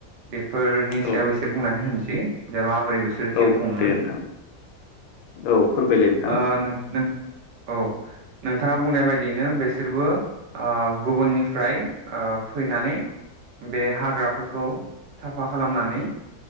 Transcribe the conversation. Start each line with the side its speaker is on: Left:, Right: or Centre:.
Right: बे फोरनि
Left: औ
Right: सायाव एसे बुंनानै होनो सै जे मा बोरै बिसोरो
Left: औ
Right: जिउ खुङोमोन।
Left: दे नोंथां औ फोरमायलाय नोंथां
Right: ओ नों नों औ नोंथाङा बुंनाय बायदियैनो बेसोरबो ओ गुबुननिफ्राय ओ फैनानै बे हाग्राफोरखौ साफा खालामनानै